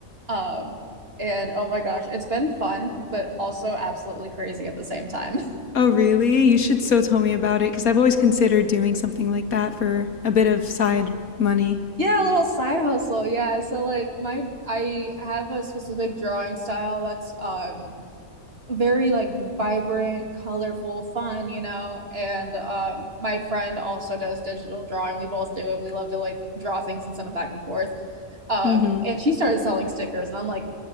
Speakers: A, on the right; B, on the left.
A: Um and oh my gosh, it's been fun, but also absolutely crazy at the same time. <laughs>
B: Oh, really? You should so tell me about it because I've always considered doing something like that for a bit of side money.
A: Yeah, a little side hustle. Yeah. So like my I have a specific drawing style that's um very like vibrant, colorful, fun, you know. And um my friend also does digital drawing. We both do it. We love to like draw things and send them back and forth. Um
B: Mm hmm.
A: and she started selling stickers and I'm like,